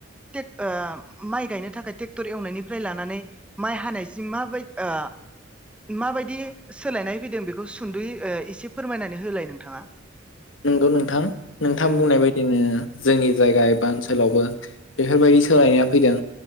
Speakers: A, in the centre; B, on the left.
A: ट्रेक्ट ओम माइ गायनो थाखाय ट्रेक्टर एवनायनिफ्राय लानानै माइ हानायसिम माबाय ओ माबायदि सोलायनाय फैदों बेखौ सुंदुयै ओ एसे फोरमायनानै होलाय नोंथाङा
B: नंगौ नोंथां नोंथां
A: ओं
B: बुंनाय बायदिनो जोंनि जायगा एबा ओनसोलावबो बेफोरबायदि सोलायनाया फैदों